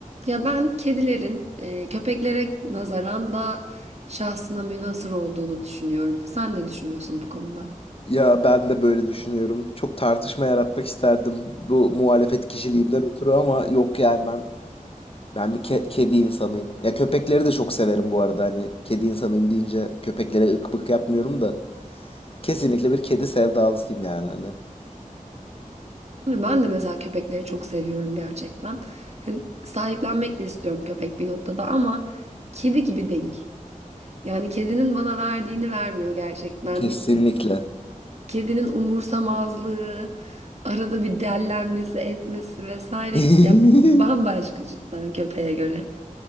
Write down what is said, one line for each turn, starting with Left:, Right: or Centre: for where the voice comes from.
Right: Ya ben kedilerin e, köpeklere nazaran daha şahsına münhasır olduğunu düşünüyorum. Sen ne düşünüyorsun bu konuda?
Left: Ya ben de böyle düşünüyorum. Çok tartışma yaratmak isterdim bu muhalefet kişiliğimden ötürü ama yok yani ben ben bir ke- kedi insanıyım. Ya köpekleri de çok severim bu arada hani kedi insanıyım deyince köpeklere ık bık yapmıyorum da kesinlikle bir kedi sevdalısıyım yani hani.
Right: Değil mi? Ben de mesela köpekleri çok seviyorum gerçekten. Hani sahiplenmek de istiyorum köpek bir noktada ama kedi gibi değil. Yani kedinin bana verdiğini vermiyor gerçekten.
Left: Kesinlikle.
Right: Kedinin umursamazlığı, arada bir dellenmesi, etmesi vesaire
Left: <laughs>
Right: ya bambaşka cidden köpeğe göre.